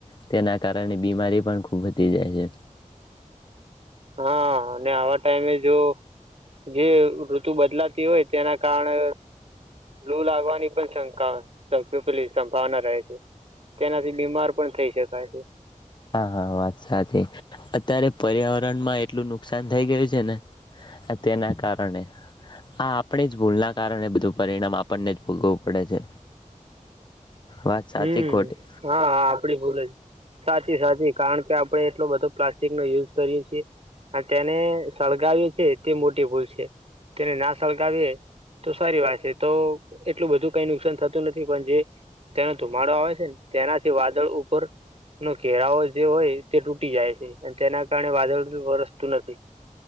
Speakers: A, on the left (about 35°); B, on the right (about 50°).
A: તેના કારણે બીમારી પણ ખૂબ વધી જાય છે.
B: હા અને આવા ટાઈમે જો જે ઋતુ બદલાતી હોય તેના કારણે લૂ લાગવાની પણ શંકા <inaudible> પેલી સંભાવના રહે છે. તેનાથી બીમાર પણ થઈ શક કાય છે.
A: હા હા વાત સાચી. અત્યારે પર્યાવરણમાં એટલું નુકસાન થઈ ગયું છે ને આ તેના કારણે આ આપણી જ ભૂલના કારણે બધું પરિણામ આપણને જ ભોગવવું પડે છે. વાત સાચી
B: હમ
A: ખોટી?
B: હા આપણી ભૂલ જ સાચી સાચી કારણ કે આપણે એટલો બધો પ્લાસ્ટિકનો યુઝ કરીએ છીએ. અને તેને સળગાવીએ છે તે મોટી ભૂલ છે. તેને ના સળગાવીએ તો સારી વાત છે તો એટલું બધું કઈ નુકસાન થતું નથી પણ જે તેનો ધુમાડો આવે છે ને તેનાથી વાદળ ઉપરનો ઘેરાવો જે હોય તે તૂટી જાય છે. અને તેના કારણે વાદળ વરસતું નથી